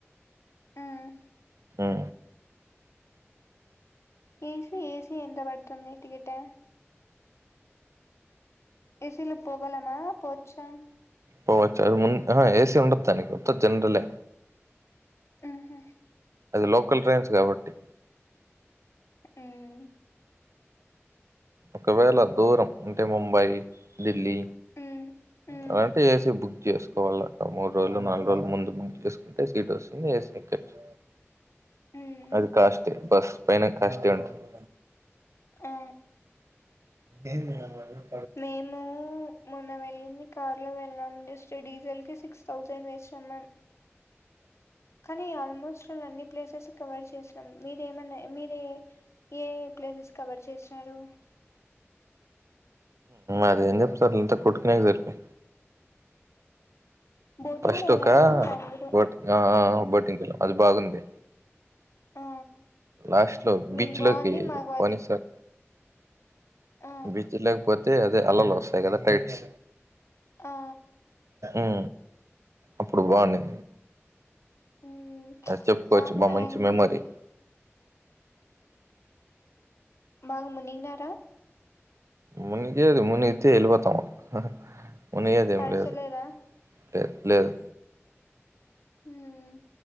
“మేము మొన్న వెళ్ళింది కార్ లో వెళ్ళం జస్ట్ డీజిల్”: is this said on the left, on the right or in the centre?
Left